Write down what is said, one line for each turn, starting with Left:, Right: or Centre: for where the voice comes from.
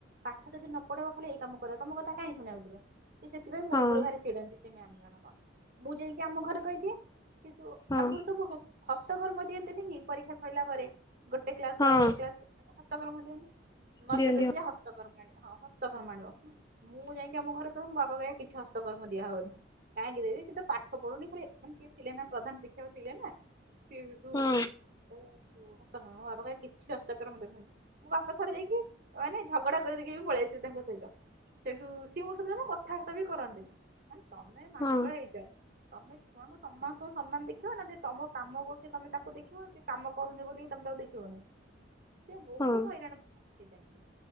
Right: ପାଠ ଯଦି ନ ପଢେଇବ ଖାଲି ଏଇ କାମ କରିବ ତମ କଥା କାହିଁ ଶୁଣିବାକୁ ଜିବେ। ସେ ସେଥିପାଇଁ ମୋ
Left: ହଁ
Right: ଉପ ଭାରିଚିଡ଼ନ୍ତି ସେ ମ୍ୟାାମ ଜଣକ। ମୁଁ ଯାଇକି ଆମ ଘରେ କହିଦିଏ କି ଯ
Left: ହଁ
Right: ଆଗରୁ ସବୁ ହସ ହସ୍ତକର୍ମ ଦିଅନ୍ତେନିକି ପରୀକ୍ଷା ସଇିଲା ପରେ। ଗୋଟେ କ୍ଲାସରୁ
Left: ହଁ
Right: ଆଉ ଗୋଟେ କ୍ଲାସକୁ ହସ୍ତକର୍ମ ଦିଅନ୍ତି ମତେ
Left: ଦିଅନ୍ତି
Right: କହିବେଜା ହସ୍ତ ହସ୍ତକର୍ମ ଆଣିବ ହଁ ହସ୍ତକର୍ମ ଆଣିବ ମୁଁ ଯାଇକି ଆମ ଘରେ କହିବ ମୋ ବାବା କିଛି ହସ୍ତକର୍ମ ଦିଆ ହବନି। କାହିଁକି ଦେବି ସେ ତ ପାଠ ପଢଉନି ଖାଲି ମାନେ ସିଏ ଥିଲେ ନା ପ୍ରଧାନ ଶିକ୍ଷକ ଥିଲେ ନା। ସିଏବି ହେଠୁ
Left: ହଁ
Right: କହିବେ କଖିବେ ହସ୍ତକର୍ମ ମୋ ବାବା କଖିବେ କିଛି ହସ୍ତକର ଦେବାନି। ମୋ ବାପା ଥରେ ଯାଇକି ମାନେ ଝଗଡା କରିଦେଇକି ବି ପଳେଇଆସିବେ ତାଙ୍କ ସହିତ। ସେଠୁ ସିଏ ମୋ ସହିତ ନା କଥାବାର୍ତ୍ତା ବି କରନ୍ତିନି ମାନେ ତମେ ମାଷ୍ଟର
Left: ହଁ
Right: ହେଇଚ ତମେ ଛୁଆଙ୍କୁ ସମସ୍ତଙ୍କୁ ସମାନ ଦେଖିବ ନା ଯେ ତମ କାମ କରୁଛି ତମେ ତାକୁ ଦେଖିବ କି କାମ କରୁନି ବୋଲି ତମତାକୁ ଦେଖିବନି ସେ ବହୁତ
Left: ହଁ
Right: ହଇରାଣ କରୁଚି ସେଥିପାଇଁ।